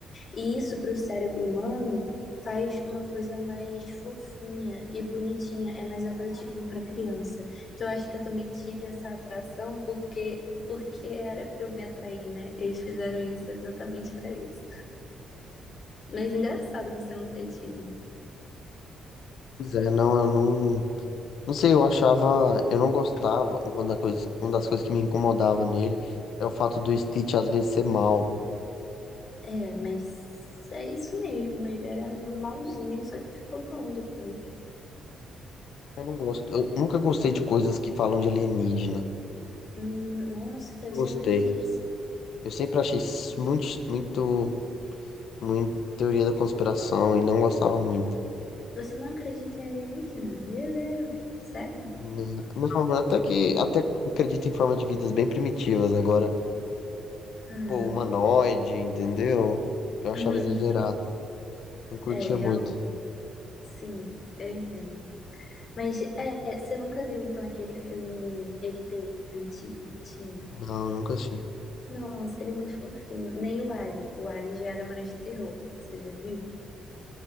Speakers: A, on the left; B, on the left.
A: E isso para o cérebro humano faz uma coisa mais fofinha e bonitinha, é mais atrativo para criança. Então eu acho que eu também tive essa atração porque porque era para eu me atrair, né? Eles fizeram isso exatamente para isso. Mas engraçado você não ter tido.
B: Pois é, não, eu não. Não sei, eu achava, eu não gostava, uma da coisa, uma das coisas que me incomodava nele é o fato do Stitch às vezes ser mal.
A: É, mas é isso mesmo. Ele era malzinho, só que ficou bom depois.
B: Eu não gosto, eu nunca gostei de coisas que falam de alienígena.
A: Hum, nossa, eu
B: Eu gostei.
A: sempre me interessei.
B: Eu sempre achei isso muito, muito, muito teoria da conspiração e não gostava muito.
A: Você não acredita em alienígena? Meu Deus, sério?
B: Hum, Não, até que, até acredito em forma de vidas bem primitivas agora,
A: Ah,
B: pô, humanoide, entendeu? Eu achava
A: <laughs>
B: exagerado, não curtia
A: é, realmente.
B: muito.
A: Sim, eu entendo. Mas é, você nunca viu então aquele filme ET antigo que tinha?
B: Não, nunca achei.
A: Nossa, ele é muito fofinho. Nem o Alien. O Alien já era mais de terror. Você já viu?